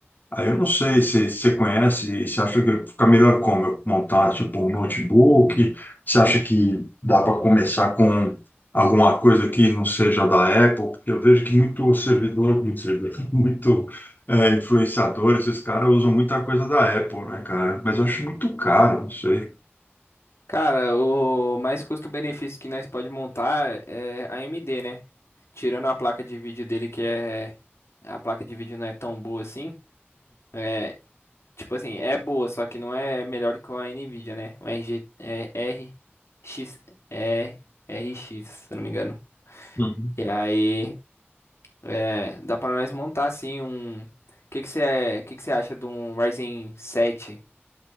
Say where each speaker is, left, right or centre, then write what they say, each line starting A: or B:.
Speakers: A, on the left; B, on the left.
A: Aí eu não sei se se você conhece, se acha que fica melhor como eu montar tipo um notebook, se acha que dá para começar com alguma coisa que não seja da Apple, porque eu vejo que muito servidor, muito servidor, <laughs> muito é, influenciador, esses caras usam muita coisa da Apple, né, cara? Mas eu acho muito caro, não sei.
B: Cara, o mais custo-benefício que nós pode montar é a AMD, né? Tirando a placa de vídeo dele, que é. A placa de vídeo não é tão boa assim. É. Tipo assim, é boa, só que não é melhor que a Nvidia, né? O RG, é, RX, é R x se eu não me engano.
A: Hum.
B: E aí, é, dá pra nós montar assim um. O que que você, que que você acha de um Ryzen 7